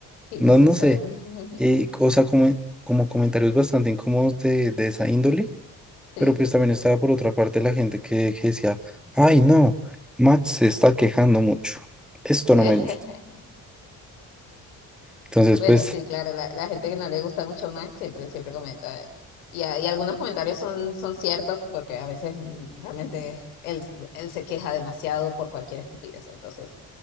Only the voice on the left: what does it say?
innecesario.
<laughs>
Sí.
<laughs>
Bueno,
sí, claro, la, la gente que no le gusta mucho más siempre, siempre comenta. eh, Y, a- y algunos comentarios son, son ciertos porque a veces mm, realmente él, él se queja demasiado por cualquier estupidez. Entonces,